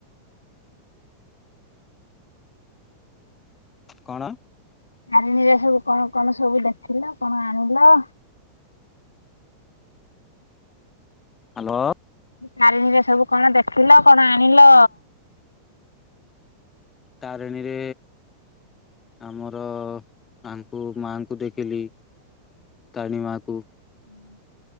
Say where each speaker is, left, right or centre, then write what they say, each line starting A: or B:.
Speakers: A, on the left; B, on the left.
A: କଣ?
B: ହାରିଣୀରେ ସବୁ କଣ କଣ ସବୁ ଦେଖିଲ କଣ ଆଣିଲ?
A: ହାଲୋ।
B: ତାରିଣୀରେ ସବୁ କଣ ଦେଖିଲ କଣ ଆଣିଲ?
A: ତାରିଣୀରେ ଆମର ତାଙ୍କୁ ମାଙ୍କୁ ଦେଖିଲି ତାରଣୀମାକୁ
B: <inaudible>